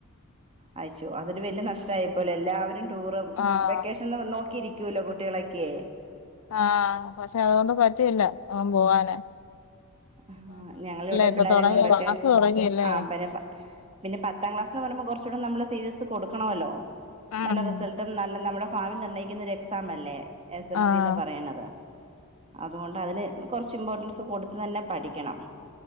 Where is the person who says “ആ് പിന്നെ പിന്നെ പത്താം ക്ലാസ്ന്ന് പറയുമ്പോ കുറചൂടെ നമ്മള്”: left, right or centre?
Right